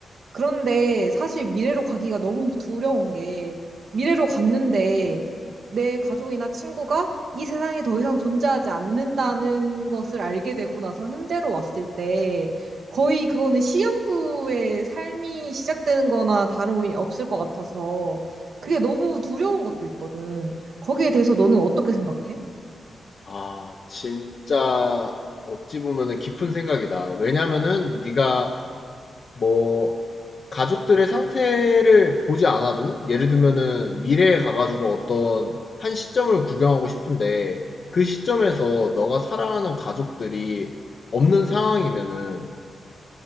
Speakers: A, on the right; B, on the left.
A: 그런데 사실 미래로 가기가 너무 두려운 게 미래로 갔는데 내 가족이나 친구가 이 세상에 더 이상 존재하지 않는다는 것을 알게 되고 나서 현재로 왔을 때 거의 그거는 시한부의 삶이 시작되는 거나 다름이 없을 것 같아서 그게 너무 두려운 것도 있거든. 거기에 대해서 너는 어떻게 생각해?
B: 아, 진짜 어찌 보면은 깊은 생각이다. 왜냐면은 네가 뭐 가족들의 상태를 보지 않아도 예를 들면은 미래에 가가지고 어떤 한 시점을 구경하고 싶은데 그 시점에서 너가 사랑하는 가족들이 없는 상황이면은